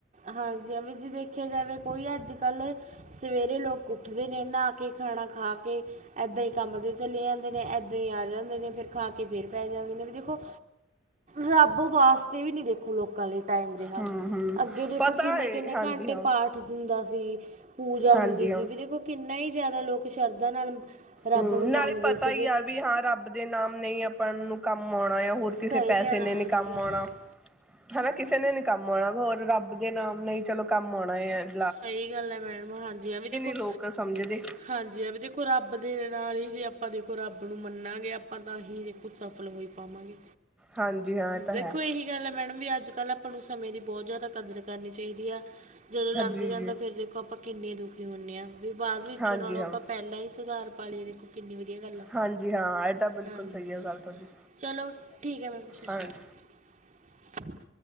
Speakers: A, on the right; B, in the centre.
A: ਹਾਂਜੀ ਵੀ ਜੀ ਦੇਖ ਦੇਖਿਆ ਜਾਵੇ ਕੋਈ ਅੱਜ ਕੱਲ੍ਹ ਸਵੇਰੇ ਲੋਕ ਉੱਠਦੇ ਨੇ ਨਹਾ ਕੇ ਖਾਣਾ ਖਾ ਕੇ ਇਏਦਾਂ ਹੀ ਕੰਮ ਦੇ ਚਲੇ ਜਾਂਦੇ ਨੇ ਇਏਦਾਂ ਹੀ ਆ ਜਾਂਦੇ ਨੇ ਫਿਰ ਖਾ ਕੇ ਫੇਰ ਪੈ ਜਾਂਦੇ ਨੇ ਵੀ ਦੇਖੋ ਰੱਬ ਵਾਸਤੇ ਵੀ ਨੀ ਦੇਖੋ ਲੋਕਾਂ ਲਈ ਟਾਈਮ ਰਿਹਾ।
B: ਹਮ ਹਮ
A: ਅੱਗੇ ਦੇਖੋ
B: ਪਤਾ
A: ਕਿੰਨੇ
B: ਹੈ
A: ਕਿੰਨੇ
B: ਹਾਂਜੀ
A: ਘੰਟੇ
B: ਹਾਂ
A: ਪਾਠ ਹੁੰਦਾ ਸੀ ਪੂਜਾ
B: ਹਾਂਜੀ
A: ਹੁੰਦੀ ਸੀ
B: ਹਾਂ
A: ਵੀ ਦੇਖੋ ਕਿੰਨਾ ਹੀ ਜ਼ਿਆਦਾ ਲੋਕ ਸ਼ਰਧਾ ਨਾਲ ਰੱਬ
B: ਹਮ
A: ਨੂੰ
B: ਨਾਲੇ
A: ਮੰਨਦੇ
B: ਪਤਾ
A: ਸੀਗੇ
B: ਹੀ ਆ ਵੀ ਹਾਂ ਰੱਬ ਦੇ ਨਾਮ ਨਹੀਂ ਆਪਾਂ ਨੂੰ ਕੰਮ ਆਉਣਾ ਆ। ਹੋਰ ਕਿਸੇ
A: ਸਹੀ
B: ਪੈਸੇ
A: ਗੱਲ
B: ਨੇ
A: ਆ ਹਾਂਜੀ
B: ਨੀ ਕੰਮ
A: ਹਾਂ
B: ਆਉਣਾ ਹਨਾ ਕਿਸੇ ਨੇ ਨੀ ਕੰਮ ਹੋਰ ਰੱਬ ਦੇ ਨਾਮ ਨਹੀਂ ਚਲੋ ਕੰਮ ਆਉਣਾ ਹੈ।
A: ਸਹੀ ਗੱਲ ਹੈ ਮੈਡਮ ਹਾਂਜੀ ਐ ਵੀ ਦੇਖੋ
B: ਲੋਕ ਸਮਝਦੇ
A: ਹਾਂਜੀ ਐ ਵੀ ਦੇਖੋ ਰੱਬ ਦੇ ਰ ਨਾਲ ਹੀ ਜੇ ਆਪਾਂ ਦੇਖੋ ਰੱਬ ਨੂੰ ਮੰਨਾਗੇ ਆਪਾਂ ਤਾਂ ਹੀ ਦੇਖੋ ਸਫਲ ਹੋਈ ਪਾਵਾਂਗੇ।
B: ਹਾਂਜੀ ਹਾਂ ਇਹ ਤਾਂ
A: ਦੇਖੋ
B: ਹੈ
A: ਇਹੀ ਗੱਲ ਹੈ ਮੈਡਮ ਵੀ ਅੱਜ ਕੱਲ ਆਪਾਂ ਨੂੰ ਸਮੇਂ ਦੀ ਬਹੁਤ ਜ਼ਿਆਦਾ ਕਦਰ ਕਰਨੀ ਚਾਹੀਦੀ ਆ ਜਦੋਂ ਲੰਘ
B: ਹਾਂਜੀ
A: ਜਾਂਦਾ
B: ਜੀ
A: ਫੇਿਰ ਦੇਖੋ ਆਪਾਂ ਕਿੰਨੇ ਦੁਖੀ ਹੁੰਦੇ ਆਾਂ ਵੀ ਬਾਅਦ ਵਿੱਚੋਂ
B: ਹਾਂਜੀ
A: ਨਾਲੋਂ ਆਪਾਂ
B: ਹਾਂ
A: ਪਹਿਲਾਂ ਹੀ ਸੁਧਾਰ ਪਾਲੀਏ ਦੇਖੋ ਕਿੰਨੀ ਵ ਸਹੀ ਗੱਲਾਂ
B: ਹਾਂਜੀ ਹਾਂ ਇਹ ਤਾਂ ਬਿਲਕੁਲ
A: ਹਾਂਜੀ
B: ਸਹੀ ਹੈ ਗੱਲ
A: ਹਾਂ
B: ਤੁਹਾਡੀ
A: ਚਲੋ ਠੀਕ ਹੈ ਮੈਮ ਸਤਿ ਸ਼੍ਰੀ
B: ਹਾਂਜੀ
A: ਅਕਾਲ। <inaudible>